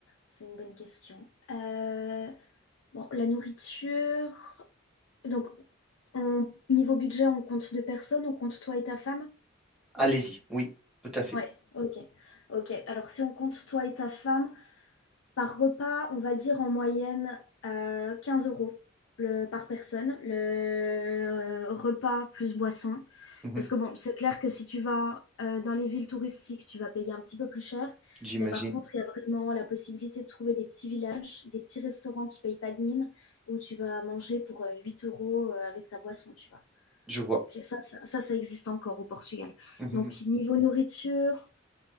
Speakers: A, on the left (about 85°); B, in the centre.
A: C'est une bonne question. Euh, bon, la nourriture. Donc, on- niveau budget, on compte deux personnes, on compte toi et ta femme?
B: Allez-y, oui, tout à fait.
A: Ouais, ok. Ok. Alors, si on compte toi et ta femme, Par repas, on va dire en moyenne euh, 15 euros le, par personne, le euh, repas plus boisson.
B: Mhm,
A: Parce que bon, c'est clair que si tu vas euh, dans les villes touristiques, tu vas payer un petit peu plus cher.
B: J'imagine,
A: Mais par contre, il y a vraiment la possibilité de trouver des petits villages, des petits restaurants qui payent pas de mine, où tu vas manger pour euh, 8 euros euh, avec ta boisson, tu vois.
B: je vois.
A: Donc ça, ça, ça, ça existe encore au Portugal.
B: Mhm,
A: Donc niveau nourriture,